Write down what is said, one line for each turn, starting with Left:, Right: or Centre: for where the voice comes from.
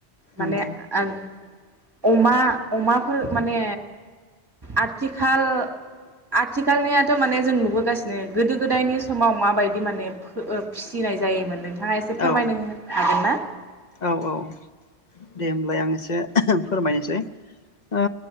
Right: माने
Left: नंगौ
Right: आं अमा अमाफोर माने आथिखाल आथिखालनि माने जों नुबोगासिनो गोदो गोदायनि समाव माबायदि माने ओ फि सिनाय जायोमोन नोंथाङा एसे फोरमायनो
Left: औ
Right: हागोन ना?
Left: औ औ दे होमबाय आं एसे फोरमायनोसै ओ